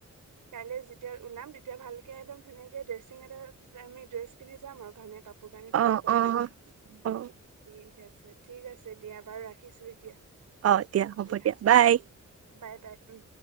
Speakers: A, on the right; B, on the right.
A: কাইলে যেতিয়া ওলাম তেতিয়া ভালকে একদম ধুনীয়াকে ড্ৰেচিং এটা আমি ড্ৰেছ পিন্ধি যাম আৰু। ভানে কাপ কাপোৰ কানি পিন্ধি
B: অ
A: গৰমত,
B: অ অ
A: ঠিক আছে ঠিক আছে দিয়া বাৰু ৰাখিছো এতিয়া। উম,
B: অ
A: উম,
B: হ'ব
A: দিয়া
B: বাই
A: অ', বাই বাই উম।